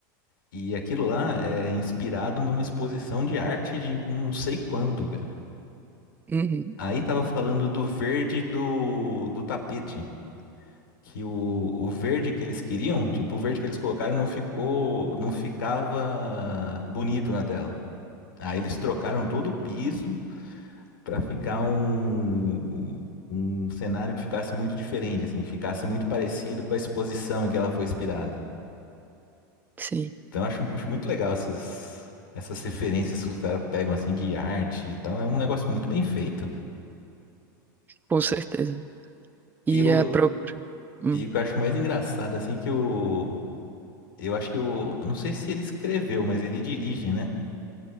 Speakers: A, on the left; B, on the right.
A: E aquilo lá é inspirado numa exposição de arte de não sei quanto, cara.
B: Uhum.
A: Aí tava falando do verde do, do tapete. que o, o verde que eles queriam, tipo, o verde que eles colocaram não ficou, não ficava bonito na tela. Aí eles trocaram todo o piso pra ficar um, um cenário que ficasse muito diferente, assim, ficasse muito parecido com a exposição em que ela foi inspirada.
B: Sim,
A: Então eu acho, acho muito legal essas, essas referências que os caras pegam, assim, de arte e tal. É um negócio muito bem feito.
B: com certeza.
A: E
B: E
A: o,
B: a própria. Hum.
A: e o que eu acho mais engraçado, assim, é que o... Eu acho que o... Não sei se ele escreveu, mas ele dirige, né?